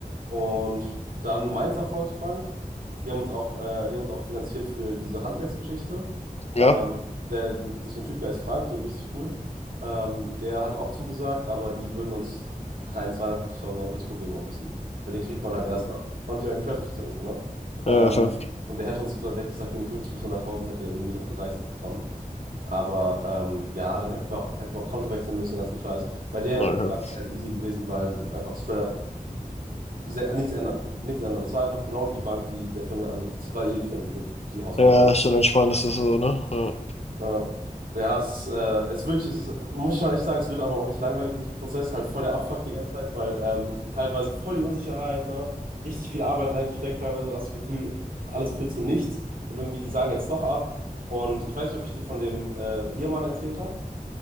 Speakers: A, on the right; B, on the left.
A: und dann Mainzer Volksbank. Die haben uns auch, äh, die haben uns auch finanziert für diese Handwerksgeschichte.
B: ja,
A: Ähm, der, der, das ist so ein Typ, der ist Frank, der ist richtig cool. Ähm, der hat auch zugesagt, aber die würden uns kein 250.000 Euro Dispo geben, obviously. Weil den kriegt man halt erst nach 20 Jahren Geschäftsbeziehung, so, ne?
B: ja,
A: Ähm,
B: ja, fair.
A: und der hätte uns, glaub- der hat gesagt, irgendwie 50 bis 100.000 hätte er irgendwie noch gedeichselt bekommen. Aber ähm, ja, dann hätten wir auch, hätten wir auch Konto wechseln müssen, den ganzen Scheiß. Bei der
B: Okay.
A: Bank ist halt easy gewesen, weil einfach straight up sehr, nichts ändern. Nichts ändern. Das war einfach genau die Bank, die der Firma, also das war eh die Firma, die Hausbank
B: Ja,
A: von der
B: ist dann entspannt, ist das so, ne? Ja.
A: Firma. Äh, ja, es ist, äh, es ist wirklich, es ist, muss ich schon echt sagen, es wird aber auch nicht langweilig mit diesem Prozess. Halt voll der Abfuck die ganze Zeit, weil ähm, teilweise voll die Unsicherheit, ne? Richtig viel Arbeit reingesteckt, teilweise hast du das Gefühl, alles führt zu nichts und irgendwie die sagen jetzt doch ab. Und ich weiß nicht, ob ich dir von dem äh, Ehemann erzählt habe.